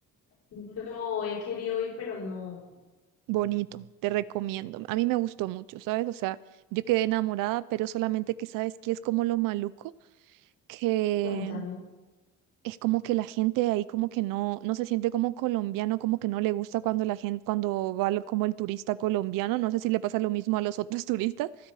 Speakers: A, on the left; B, on the right.
A: No, he querido ir, pero no.
B: Bonito, te recomiendo. A mí me gustó mucho, ¿sabes? O sea, yo quedé enamorada, pero solamente que sabes que es como lo maluco que
A: Cuéntame.
B: es como que la gente de ahí como que no, no se siente como colombiano, como que no le gusta cuando la gente, cuando va lo- como el turista colombiano, no sé si le pasa lo mismo a los otros <laughs> turistas,